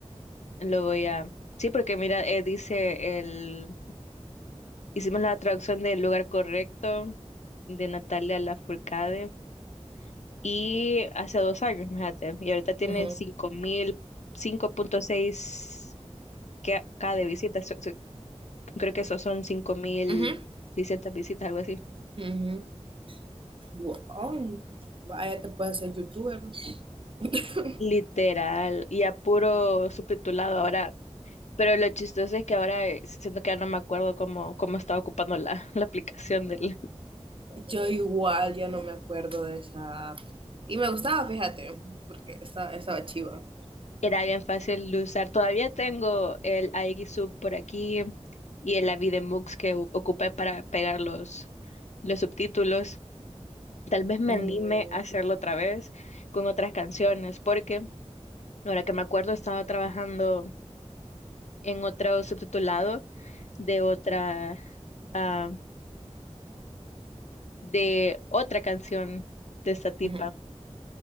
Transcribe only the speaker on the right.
Ujú,
ujú,
ujú. Wow. Vaya, te puedes hacer youtuber. <laughs>
Yo igual ya no me acuerdo de esa app. Y me gustaba, fíjate, porque estaba, estaba chiva.
Ujú,
ujú.